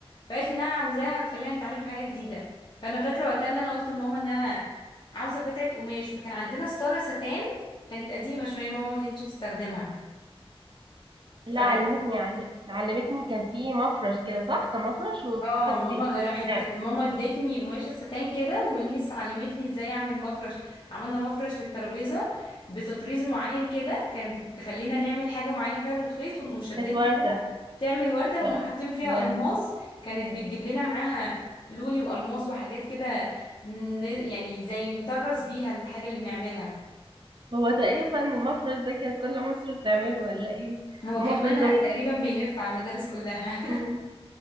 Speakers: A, on the left; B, on the right.
A: فقالت لي إن أنا عاوزاها هتخلينا نتعلم حاجة جديدة فأنا فاكرة وقتها إن أنا قلت لماما إن أنا عاوزة قطعة قماش فكان عندنا ستارة ستان كانت قديمة شوية ماما ما كانتش بتستخدمها ف
B: لا علمتني علم... علمتني كان في مفرش كده صح كان مفرش وبتحطي
A: اه ماما راحت
B: يعني
A: ماما ادتني قماشة ستان كده والميس علمتني ازاي اعمل مفرش عملنا مفرش للترابيزة بتطريز معين كده كانت بتخلينا نعمل حاجة معينة فيها بالخيط ونقوم شدينها
B: كانت وردة
A: كده تعمل وردة ونقوم
B: و...
A: حاطين فيها
B: وردة
A: ألماظ كانت بتجيب لنا معاها لولي وألماظ وحاجات كده ن- يعني زي نطرز بيها الحاجة اللي بنعملها
B: هو تقريبا المفرش ده كانت كل مصر بتعمله ولا ايه
A: هو
B: المفرش
A: كان منهج
B: ده
A: تقريبا بيلف على المدارس كلها
B: برضه-